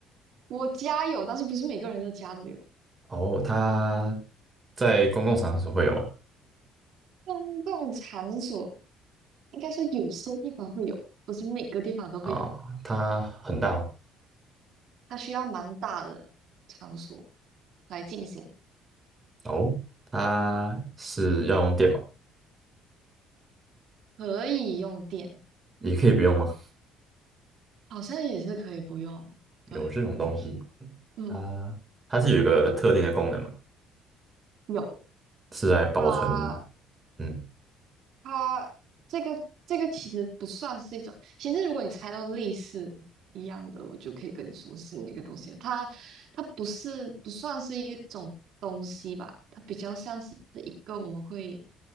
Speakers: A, on the right; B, on the right.
A: 我家有，但是不是每个人的家都有。
B: 哦，它在公共场所会有吗？
A: 公共场所应该说有些地方会有，不是每个地方都会有。
B: 啊、它很大吗？
A: 它需要蛮大的场所来进行，
B: 哦，它是要用电吗？
A: 可以用电，
B: 也可以不用吗？
A: 好像也是可以不用。
B: 有这种东西，
A: 对，嗯，
B: 啊？它是有一个特定的功能吗？
A: 有
B: 是来保存
A: 它。
B: 嗯
A: 它这个这个其实不算是一种，其实如果你猜到类似一样的，我就可以跟你说是那个东西了。它它不是不算是一种东西吧，它比较像是一个我们会，